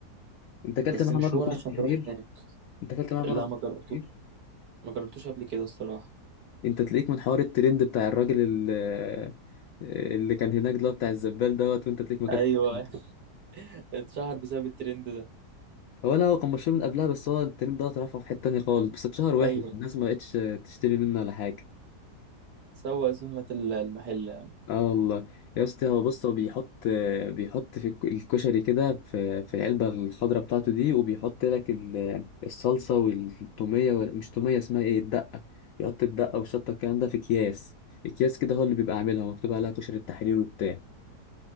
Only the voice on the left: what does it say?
انت اكلت
معاها
مره بكشك
تحرير
انت اكلت معاها
مره
بكشك تحرير
انت تلاقيك من حوار الترند بتاع الراجل ال- اللي كان هناك ده بتاع الزبال دوت وانت تلاقيك ما اكلت
هو لا هو كان مشهور من قبلها بس هو الترند ده رفعه في حته تانية خالص بس اتشهر وحش
الناس ما بقتش تشتري منه ولا حاجه
اه والله يا اسطى هو بص هو بيحط بيحط في الك- الكشري كده في في العلبه الخضراء بتاعته دي وبيحط لك ال- الصلصه والتوميه وال- مش توميه اسمها ايه الدقه بيحط الدقه والشطه الكلام ده في اكياس اكياس كده هو اللي بيبقى عاملها مكتوب عليها كشري التحرير وبتاع